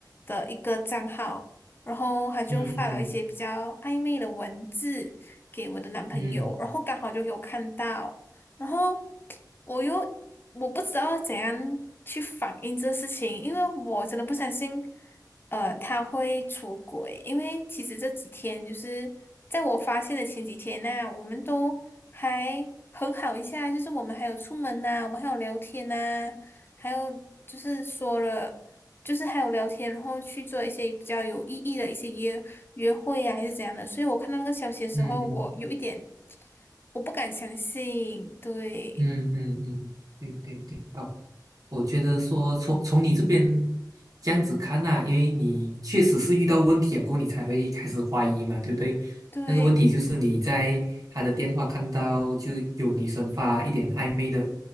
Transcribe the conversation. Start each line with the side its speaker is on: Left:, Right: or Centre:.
Left: 的一个账号，然后她就发了一些比较暧昧的文字给我的男朋友，
Right: 嗯嗯嗯
Left: 然后刚好就有看到，然后我又我不知道怎样去反应这事情，因为我真的不相信，呃，他会出轨，因为其实这几天就是在我发现的前几天呢、我们都。还很好一下，就是我们还有出门呐、我们还有聊天呐、还有就是说了，就是还有聊天，然后去做一些比较有意义的一些约约会啊，还是怎样的。所以我看到那个消息的时候，
Right: 嗯
Left: 我有一点我不敢相信，对
Right: 嗯嗯嗯嗯，对对对，好，我觉得说从从你这边这样子看呐、因为你确实是遇到问题了，过后你才会开始怀疑嘛，对不对？
Left: 对，
Right: 那个问题就是你在他的电话看到就有女生发一点暧昧的